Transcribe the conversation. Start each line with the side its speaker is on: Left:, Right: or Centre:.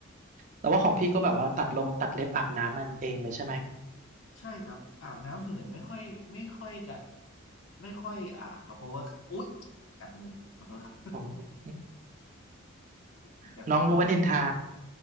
Right: แต่ว่าของพี่ก็แบบว่าตัดลงตัดเล็บอาบน้ำมันเองเลยใช่ไหม
Left: ใช่ครับอาบน้ำส่วนใหญ่ไม่ค่อยไม่ค่อยจะไม่ค่อยอาบครับเพราะว่าอุ๊ยกัดมือขอโทษครับ
Right: โอ้
Left: <laughs>
Right: <laughs>
Left: กัดมือ
Right: น้องรู้ว่านินทา